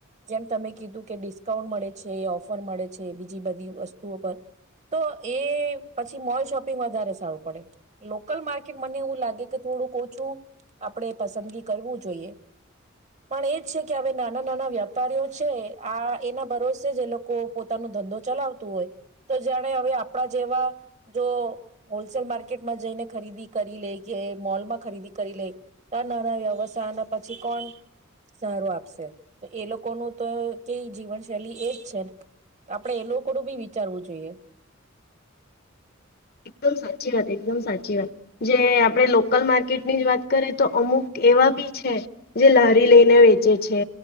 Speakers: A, on the right; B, on the left.
A: જેમ તમે કીધું કે ડિસ્કાઉન્ટ મળે છે ઓફર મળે છે બીજી બધી વસ્તુઓ પર તો એ પછી મોલ શોપિંગ વધારે સારું પડે લોકલ માર્કેટ મને એવું લાગે કે થોડું ઓછું આપણે પસંદગી કરવું જોઈએ પણ એજ છે કે હવે નાના નાના વ્યાપારીઓ છે આ એના ભરોસે જે એ લોકો પોતાનું ધંધો ચલાવતું હોય તો જાણે હવે આપણા જેવા જો હોલસેલ માર્કેટમાં જઈને ખરીદી કરી લે કે મોલમાં ખરીદી કરી લે તો આ નાના વ્યવથાયના પછી કોણ સારો આપશે તો એ લોકોનું તો કે જીવન શૈલી એજ છે ને આપણેે એ લોકોનું બી વિચારવું જોઈએ
B: એકદમ સાચી વાત એકદમ સાચી વાત જે આપણે લોકલ માર્કેટની જ વાત કરીએ તો અમુક એવા બી છે જે લહારી લઈને વેચે છે